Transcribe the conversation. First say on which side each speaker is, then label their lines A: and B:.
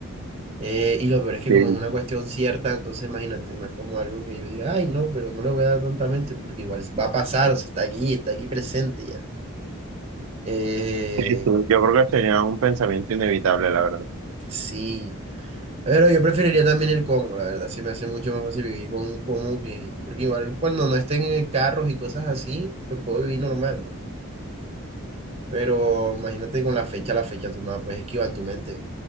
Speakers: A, on the right; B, on the right.
A: Eh, y lo peor es que
B: sí.
A: como es una cuestión cierta, entonces imagínate, no es como algo que yo diga, ay, no, pero no le voy a dar tontamente porque igual va a pasar, o sea, está aquí, está aquí presente ya. Eh,
B: Sí, sí. Yo creo que sería un pensamiento inevitable, la verdad.
A: sí. Pero yo preferiría también el cómo, la verdad, se me hace mucho más fácil vivir con un cómo que, porque igual cuando no estén en carros y cosas así, pues puedo vivir normal, ¿no? Pero imagínate con la fecha, la fecha tú no la puedes esquivar en tu mente.